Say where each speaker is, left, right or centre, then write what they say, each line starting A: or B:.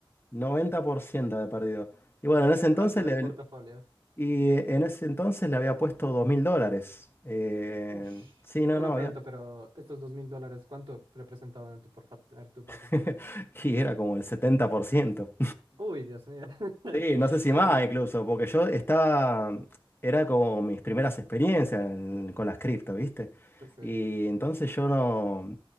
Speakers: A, on the left; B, on the right.
A: 90% de perdido. Y bueno, en ese entonces
B: ¿Cuánto del
A: le,
B: portafolio?
A: y en ese entonces le había puesto 2.000 dólares. Eh,
B: Ush.
A: sí, no,
B: Una
A: no,
B: pregunta,
A: había.
B: pero estos dos mil dólares, ¿cuánto representaban en tu, porfa- en tu portafolio?
A: <laughs> Y era como el 70%.
B: Uy, Dios mío. <laughs>
A: Sí, no sé si
B: Debería-
A: más incluso,
B: sí,
A: porque
B: sí,
A: yo estaba, era como mis primeras experiencias en- con las cripto, ¿viste?
B: pues sí.
A: Y entonces yo no